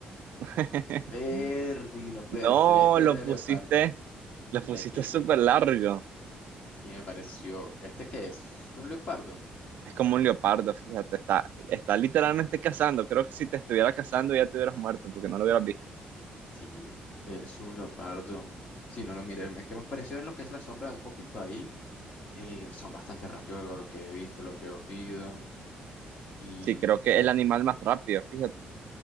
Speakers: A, on the right; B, on the left.
A: <laughs>
B: Perdí, no puede
A: No,
B: ser. Este
A: lo
B: era
A: pusiste,
B: el leopardo.
A: lo pusiste
B: Le dijiste,
A: súper largo.
B: sí me pareció. ¿Este qué es? ¿Un leopardo?
A: Es como un leopardo, fíjate, está, está literalmente cazando. Creo que si te estuviera cazando ya te hubieras muerto porque no lo hubieras visto.
B: Sí, es un leopardo. Si no lo miré, me- que me pareció ver lo que es la sombra un poquito ahí. eh, son bastante rápidos lo lo que he visto, lo que he oído. Y
A: Sí, creo que
B: bueno,
A: es el animal más rápido, fíjate.